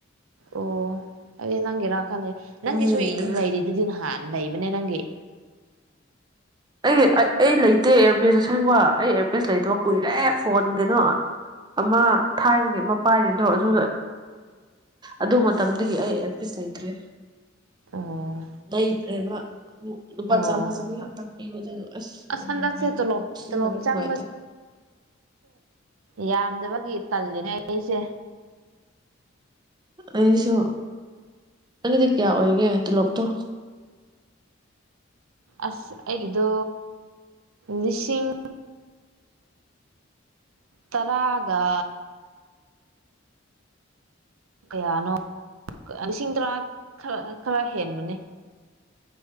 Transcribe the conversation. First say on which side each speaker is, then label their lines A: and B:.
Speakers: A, on the right (about 90°); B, on the right (about 20°).
A: ꯑꯣ ꯑ ꯅꯪ ꯏꯔ ꯈꯜꯂꯦ ꯅꯪꯒꯤ
B: ꯃꯤꯒꯤꯅꯦ
A: ꯁ ꯂꯩꯔꯤꯗꯨꯗꯤ ꯅꯍꯥꯟ ꯂꯩ ꯏꯕꯅꯦ ꯅꯪꯒꯦ
B: ꯑꯩ ꯑꯩ ꯑꯩ ꯂꯩꯇꯦ ꯑꯦꯌꯥꯔꯄꯤꯁ ꯑꯁꯦꯡꯕ ꯑꯩ ꯏꯌꯥꯔꯄꯤꯁ ꯂꯩꯇꯕ ꯀꯨꯏꯔꯦ ꯐꯣꯟ ꯀꯩꯅꯣ ꯑꯃ ꯊꯥꯏꯔꯤꯒꯤ ꯑꯃ ꯄꯥꯏꯔꯤꯗꯣ ꯑꯗꯨ ꯑꯗꯨ ꯃꯇꯝꯗꯨꯗꯒꯤ ꯑꯩ ꯏꯌꯥꯔꯄꯤꯁ ꯂꯩꯇ꯭ꯔꯦ
A: ꯑꯣ
B: ꯂꯩꯗ꯭ꯔꯦꯕ ꯂꯨꯄꯥ
A: ꯑꯣ
B: ꯆꯥꯝꯃ ꯆ ꯇꯪ ꯄꯄꯤꯕꯗꯨꯅ
A: ꯑꯁ
B: ꯑꯅꯨꯡꯃꯥꯏꯅ
A: ꯍꯟꯗꯛꯁꯦ ꯇꯣꯂꯣꯞ
B: ꯁꯤ
A: ꯇꯣꯂꯣꯞ
B: ꯅꯃꯤ ꯅꯨꯡꯃꯥꯏꯇ
A: ꯆꯪꯕꯁꯦ ꯌꯥꯝꯗꯃꯛ ꯒꯤ ꯇꯜꯂꯤꯅꯦ ꯑꯩ ꯑꯩꯁꯦ
B: ꯑꯩꯁꯨ ꯑꯩꯒꯤꯗꯤ ꯀꯌꯥ ꯑꯣꯏꯒꯦ ꯇꯣꯂꯣꯞꯇꯣ
A: ꯑꯁ ꯑꯩꯒꯤꯗꯣ ꯂꯤꯁꯤꯡ ꯇꯔꯥꯒ ꯀꯌꯥꯅꯣ ꯂꯤꯁꯤꯡ ꯇꯔꯥ ꯈꯔ ꯈꯔ ꯍꯦꯟꯕꯅꯦ